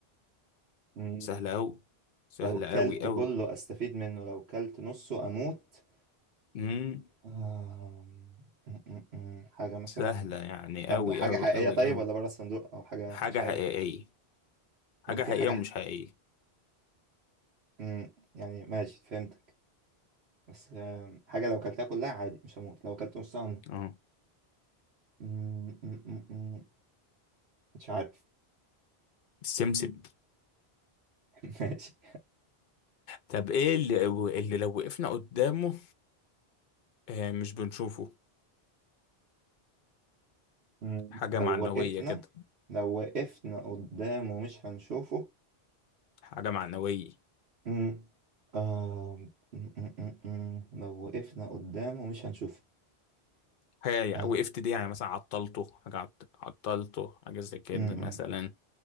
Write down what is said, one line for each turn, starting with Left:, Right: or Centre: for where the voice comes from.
Right: أمم.
Left: سهلة
Right: <laughs>
Left: أوي سهلة
Right: لو كلت
Left: أوي أوي
Right: كله استفيد منه لو كلت نصه اموت
Left: امم
Right: آم، م- م- م. حاجة مثلا
Left: سهلة يعني
Right: طب
Left: أوي
Right: حاجة
Left: أوي
Right: حقيقية
Left: أوي
Right: طيب
Left: أوي
Right: ولا بره الصندوق أو حاجة
Left: حاجة
Right: مش حقيقية
Left: حقيقية حاجة
Right: يعني في
Left: حقيقية
Right: حاجة
Left: ومش
Right: ح...
Left: حقيقية
Right: م، يعني ماشي فهمتك بس آم، حاجة لو كلتها كلها عادي مش هموت لو كلت نصها هموت
Left: اه
Right: م- م- م- م. مش عارف
Left: السمسم
Right: <laughs> ماشي
Left: طب ايه اللي, اللي لو وقفنا قدامه آه مش بنشوفه
Right: م،
Left: حاجة
Right: لو
Left: معنوية
Right: وقفنا
Left: كده
Right: لو وقفنا قدامه مش هنشوفه
Left: حاجة معنوية
Right: م، آم، م- م- م- م. لو وقفنا قدامه مش هنشوفه
Left: حاجة
Right: اه
Left: وقفت دي يعني مثلا عطلته حاجة عط- عطلته حاجة زي كده
Right: م-
Left: مثلا
Right: م.